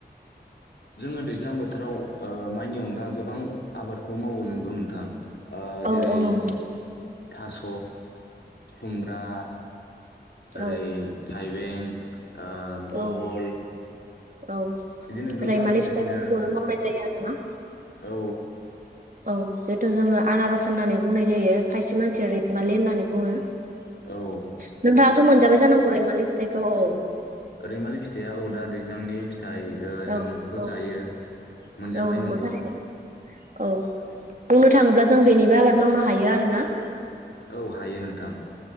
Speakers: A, on the left; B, on the right.
A: जोङो दैज्लां बोथोराव ओ माइनि अनगा गोबां आबादखौ मावो नंगौ नोंथां। ओ
B: औ
A: जेरै
B: औ नंगौ
A: थास' खुमब्रा ओरै
B: औ
A: थाइबें ओ बहल
B: औ औ
A: बिदिनो गोबां
B: रैमालि फिथाइफोरखौबो
A: इदिनो
B: मावनाय जायो आरो ना।
A: औ
B: औ जिहथु जोङो आनारस होननानै बुंनाय जायो खायसे मानसिया रैमालि होननानै बुङो। नोंथाङाथ'
A: औ
B: मोनजाबाय जानांगौ रैमालि फिथाइखौ औ
A: ओ रैमालि फिथाइया औ दा दैज्लांनि फि थाय
B: औ
A: जों बेखौ
B: औ
A: जायो मोनजाबाय
B: औ नंगौ
A: नोंगौ
B: थारैनो औ बुंनो थाङोब्ला जों बेनिबो आबाद मावनो हायो आरोना
A: औ हायो नोंथां